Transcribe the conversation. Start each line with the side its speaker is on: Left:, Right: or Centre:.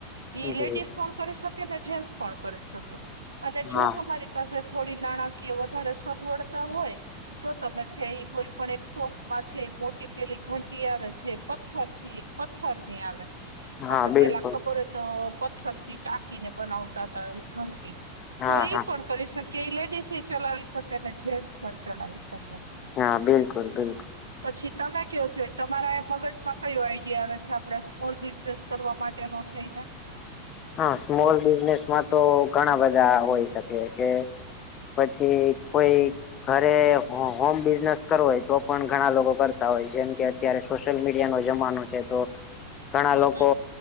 Right: ઈ
Left: જી
Right: લેડીઝ પણ કરી શકે ને, જેન્ટસ પણ કરી શકે. અને જો
Left: હા
Right: તમારી પાસે થોડી નાણાકીય વધારે સગવડતા હોય. તો તમે છે ઈ કોઈ પણ એક શોપમાં છે, મોટી પેલી ઘંટી આવે જે પથ્થરથી. પથ્થરની આવે,
Left: હા
Right: આપડે
Left: બિલકુલ
Right: પેલા ખબર હોય તો. પથ્થરથી ટાંકીને બનાવતા, ઈ ઘંટી
Left: હા
Right: તો ઈ
Left: હા
Right: પણ. કરી શકે, ઈ લેડીસ એ ચલાવી શકે ને, જેન્ટસ પણ ચલાવી શકે.
Left: હા, બિલકુલ બિલકુલ.
Right: પછી તમે કયો, જો તમારા મગજમાં કયો હોય. ઇ આવે છે, આપડા સ્મોલ બિઝનેસ કરવા માટેનો થઈને
Left: હા, સ્મોલ બિઝનેસમાં તો ઘણા બધા હોય શકે કે પછી કોઈ ઘરે હો હોમ બિઝનેસ કરવો હોય તો પણ, ઘણા લોકો કરતા હોય, જેમ કે અત્યારે સોશિયલ મીડિયાનો જમાનો છે તો
Right: <unintelligible>
Left: ઘણા લોકો
Right: હમ